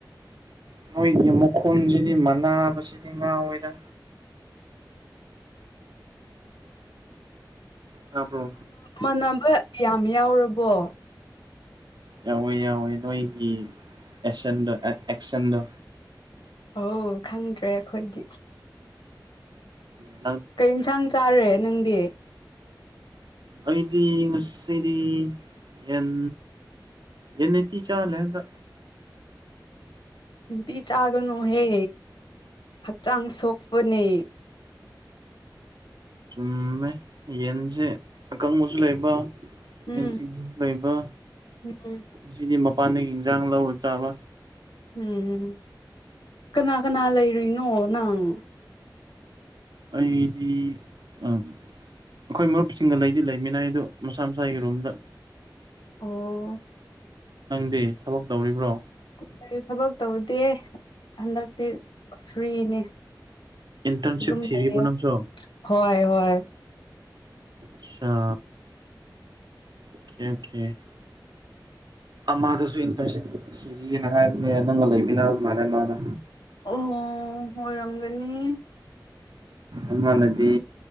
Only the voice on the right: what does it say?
ꯅꯣꯏꯒꯤ ꯃꯈꯣꯟꯁꯤꯗꯤ ꯃꯅꯥꯕꯁꯤꯗꯤ ꯉꯥꯎꯋꯦꯗ ꯇꯥꯕ꯭ꯔꯣ
ꯌꯥꯎꯋꯦ ꯌꯥꯎꯋꯦ ꯅꯣꯏꯒꯤ ꯑꯦꯁꯦꯟꯗꯣ ꯑꯦꯛꯁꯦꯟꯗꯣ
ꯎꯝ
ꯑꯩꯗꯤ ꯉꯁꯤꯗꯤ ꯌꯦꯟ ꯑꯦꯅꯤ ꯆꯤ ꯆꯥ ꯂꯦꯟꯗ
ꯆꯨꯝꯃꯦ ꯌꯦꯟꯁꯦ ꯑꯀꯪꯕꯁꯨ ꯂꯩꯕ
ꯌꯦꯟ ꯁꯤꯡꯖꯨ ꯂꯩꯕ
ꯁꯤꯗꯤ ꯃꯥ ꯄꯥꯟꯗꯒꯤ ꯍꯦꯟꯖꯥꯡ ꯂꯧꯔꯒ ꯆꯥꯕꯥ
ꯑꯩꯗꯤ ꯑ ꯑꯩꯈꯣꯏ ꯃꯔꯨꯞꯁꯤꯡꯒ ꯂꯩꯗꯤ ꯂꯩꯃꯤꯟ ꯅꯩ ꯗꯣ ꯃꯁꯥ ꯃꯁꯥꯒꯤ ꯔꯣꯝꯗ
ꯅꯪꯗꯤ ꯊꯕꯛ ꯇꯧꯔꯤꯕ꯭ꯔꯣ
ꯏꯟꯇꯔꯟꯁꯤꯞ
ꯊꯤꯔꯤꯕꯣ
ꯅꯪꯁꯨ
ꯑꯆꯥ ꯀꯦꯀꯦ ꯑꯃꯥꯗꯁꯨ ꯏꯟꯇꯔ ꯁꯤꯔꯤ ꯊꯤꯔꯤ ꯑꯅ ꯍꯥꯏꯕꯅꯦ ꯅꯪꯒ ꯂꯩꯃꯤꯟꯅ ꯃꯥꯜꯂꯦ ꯃꯥꯗꯣ
ꯑꯃꯅꯗꯤ